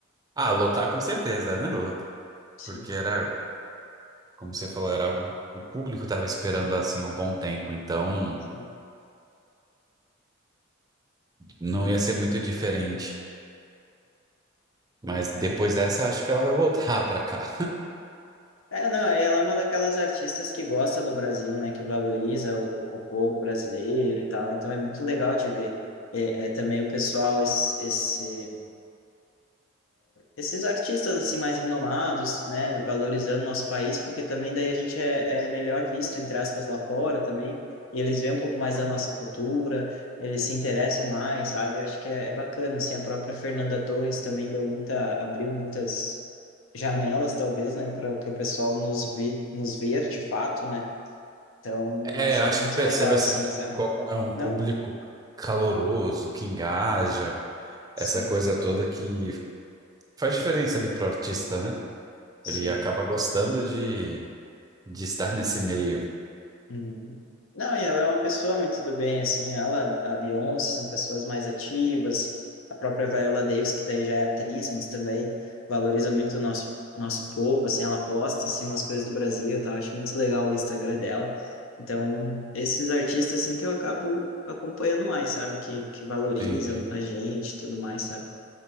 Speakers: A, on the right; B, on the left.
A: Ah, lotar com certeza, né? Lota.
B: Sim,
A: Porque era. Como você falou, era algo que o público estava esperando assim há um bom tempo, então
B: sim.
A: não ia ser muito diferente. Mas
B: É.
A: depois dessa, acho que ela vai voltar para cá.
B: É, não, aí ela é uma daquelas artistas que gosta do Brasil, né, que valoriza o, o povo brasileiro e tal, então é muito legal de ver é, é, também o pessoal, esse, esse esses artistas assim mais renomados, né, valorizando nosso país, porque também daí a gente é, é melhor visto, entre aspas, lá fora também, e eles veem um pouco mais da nossa cultura, eles se interessam mais, sabe? Eu acho que é, é bacana, assim, a própria Fernanda Torres também deu muita, abriu muitas janelas, talvez, né, para o pessoal nos, vi, nos ver de fato, né? Então,
A: É,
B: acho
A: eu
B: que
A: acho
B: é muito
A: que percebe
B: legal,
A: assim
B: assim,
A: que
B: sabe?
A: como é um público
B: Não?
A: caloroso, que engaja,
B: Sim,
A: essa coisa toda que faz diferença ali pro artista, né?
B: sim.
A: Ele acaba gostando de, de estar nesse meio.
B: Uhum. Não, e ela é uma pessoa muito do bem, assim, ela, a Beyoncé, são pessoas mais ativas, a própria Viola Davis, que daí já é atriz, mas também valoriza muito o nosso, nosso povo, assim, ela posta, assim, umas coisas do Brasil, tá? Eu Acho muito legal o Instagram dela. Então, esses artistas, assim, que eu acabo acompanhando mais, sabe? Que, que valorizam
A: Entendi.
B: a gente e tudo mais, sabe?